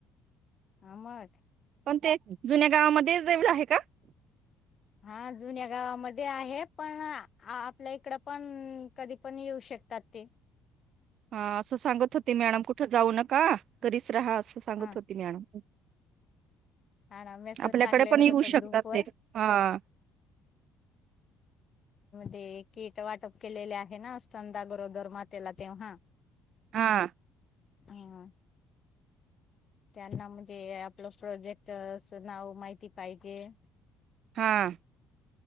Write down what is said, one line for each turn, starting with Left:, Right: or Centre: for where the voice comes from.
Left: आमट.
Right: तें जुन्या गावामध्ये जमीन आहे कां?
Left: हा जुन्या गावामध्ये आहे. पण.. आ.. आपल्या इकड पण कधी पण येऊ शक टेकतात तें.
Right: हा असं सांगत होते, मॅडम कुठे जाऊ नका. घरीचं <unintelligible> असं संगत
Left: हा
Right: होती मॅडम.
Left: हा ना मेसेज
Right: आपल्याकडे
Left: टाकलेलं
Right: पण येऊ
Left: होतं
Right: शकतात
Left: ग्रुप वर
Right: ते. हा.
Left: तें किट वाटप केलेले आहे ना, स्तनदा गरोदर मातेला, तें हा.
Right: हा.
Left: हम्. त्यांना म्हणजे आपलं प्रोजेक्ट चं नाव माहिती पाहिजे.
Right: हा.